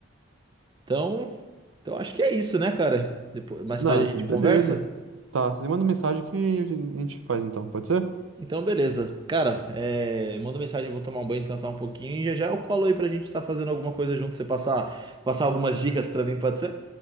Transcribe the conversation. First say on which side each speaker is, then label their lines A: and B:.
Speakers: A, on the right; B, on the right.
A: Então, então acho que é isso, né, cara? Depois, mais
B: Não,
A: tarde a gente
B: beleza.
A: conversa.
B: Tá, você manda mensagem que a gente faz então, pode ser?
A: Então, beleza. Cara, é... manda mensagem, eu vou tomar um banho, descansar um pouquinho e já já eu colo aí pra gente tá fazendo alguma coisa junto. Você passar, passar algumas dicas pra mim, pode ser?